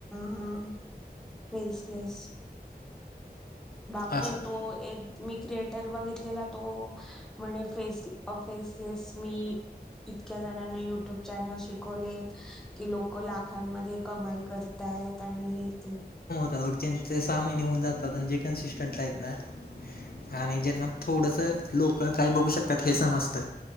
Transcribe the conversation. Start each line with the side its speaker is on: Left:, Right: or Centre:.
Centre: हा यसं यस बापरे
Left: असं
Centre: तो एक मी क्रिएटर बघितलेला तो म्हणे फेस फेसलेस मी इतक्या जणांना युट्यूब चॅनल शिकवलेत की लोक लाखांमध्ये कमाई करत आहेत आणि हे इथे
Left: ल ज्यांचे सहा महिने होऊन जातात आणि जे कन्सिस्टंट आहेत ना आणि ज्यांना थोडंस लोक काय बघू शकतात हे समजत